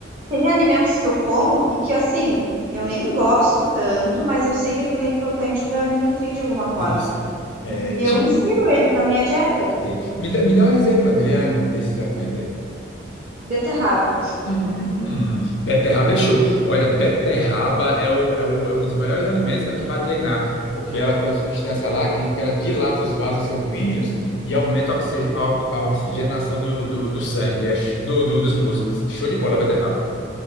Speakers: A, on the right (about 35°); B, on the left (about 80°).
A: tem alimentos que eu como e que, assim, eu nem gosto tanto, mas eu sei que aquilo é importante para me nutrir de alguma forma.
B: Isso. É,
A: E e
B: tipo,
A: eu insiro eles na minha dieta.
B: sei. me dá, me dá um exemplo, Adriane, desses alimentos
A: Beterraba.
B: Hum, beterraba é show. Olha, beterraba é, o, é, o, é um dos maiores alimentos para quem vai treinar, porque ela tem uma substância lá que, que ela dilata os vasos sanguíneos e aumenta a, oxi- a ox- a oxigenação do, do, do sangue, é sh- do, do- dos músculos. Show de bola, beterraba.